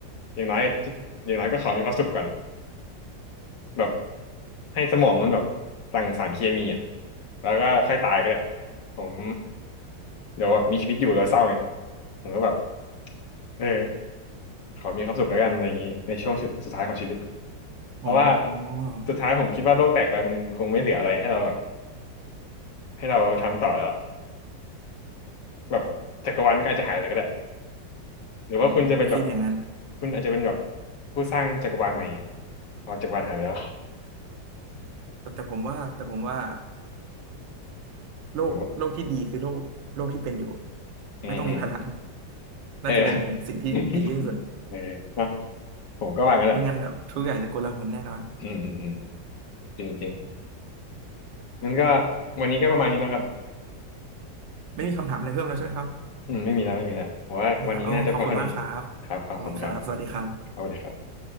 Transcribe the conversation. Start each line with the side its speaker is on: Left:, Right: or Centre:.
Left: อย่างน้อยจะอย่างน้อยก็ขอมีความสุขก่อนอะแบบให้สมองมันแบบหลั่งสารเคมีอ่ะแล้วก็ค่อยตายก็ได้ผมเดี๋ยวแบบมีชีวิตอยู่แล้วเศร้าไงผมก็แบบเออขอมีความสุขแล้วกันอะไรอย่างนี้ในช่วงสุดสุดท้ายของชีวิตเพราะว่า
Right: โอ้
Left: สุดท้ายผมคิดว่าโลกแตกไปมันคงไม่เหลืออะไรให้เรา ให้เราทำต่อแล้วแบบจักรวาลมก็อาจจะหายไปก็ได้หรือว่าคุณจะเป็นแบบ
Right: ผมผมก็คิดอย่างนั้น
Left: คุณอาจจะเป็นแบบผู้สร้างจักรวาลใหม่อะเอาจักรวาลหายไปแล้ว
Right: แต่แต่ผมว่าแต่ผมว่าโลกโลกที่ดีคือโลกโลกที่เป็นอยู่
Left: ผมว่าอืมอืม
Right: ไม่ต้องมีพลังน่าจะเป็นสิ่งที่ดีที่สุด
Left: เออ <laughs> เออเนอะผมก็ว่างั้นแหละ
Right: ไม่งั้นแบบทุกอย่างจะโกลาหลแน่นอน
Left: อืมอืมอืมจริงจริงงั้นก็วันนี้ก็ประมาณนี้เนอะครับ
Right: ไม่มีคำถามอะไรเพิ่มแล้วใช่ไหมครับ
Left: อืมไม่มีแล้วไม่มีแล้วผมว่าวันนี้น่าจะพอเท่านี้
Right: เวลาโอ้ ขอบคุณมากครับ
Left: ครับครับขอบคุณครับ
Right: ขอบคุณครับ สวัสดีครับ
Left: เอาเลยครับ